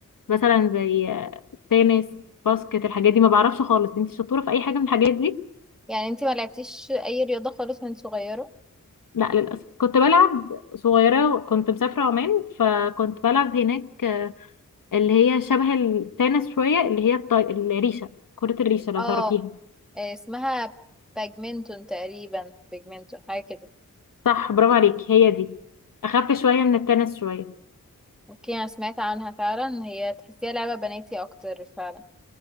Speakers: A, on the left (about 75°); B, in the centre.
A: مثلا زي تنس باسكت الحاجات دي ما بعرفش خالص انت شطوره في اي حاجه من الحاجات دي
B: يعني انتي ما لعبتيش اي رياضة خالص من صغيرة
A: لا للاسف كنت بلعب صغيره كنت مسافره عمان فكنت بلعب هناك اللي هي شبه التنس شويه اللي هي الطي... الريشه كره الريشه لو
B: اه
A: تعرفيها
B: آه، اسمها باجمنتون تقريبا باجمنتون حاجة كده
A: صح برافو عليكي هي دي اخف شويه من التنس شويه
B: اوكي انا سمعت عنها فعلا هي تحسيها لعبة بناتي اكتر فعلا